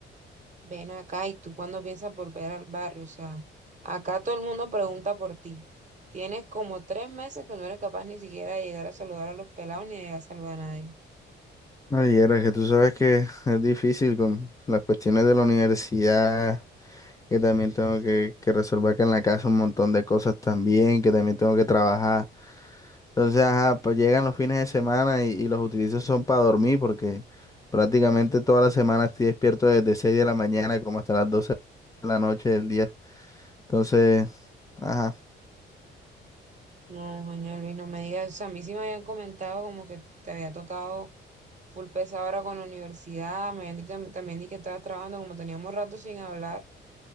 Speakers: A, on the right (about 35°); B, on the left (about 15°).
A: Ven acá y tú cuándo piensas volver al barrio, o sea, acá todo el mundo pregunta por ti. Tienes como tres meses que no eres capaz ni siquiera de llegar a saludar a los pelados ni de llegar a saludar a nadie.
B: Ay, Yera, que tú sabes que es difícil con las cuestiones de la universidad, que también tengo que, que resolver que en la casa un montón de cosas también, que también tengo que trabajar. Entonces, ajá, pues llegan los fines de semana y, y los utilizo son para dormir porque prácticamente toda la semana estoy despierto desde 6 de la mañana como hasta las doce de la noche del día. Entonces... Ajá.
A: No, coño Luis, no me digas, o sea, a mí sí me habían comentado como que te había tocado full pesado ahora con la universidad, me habían dicho también di que estabas trabajando, como teníamos rato sin hablar,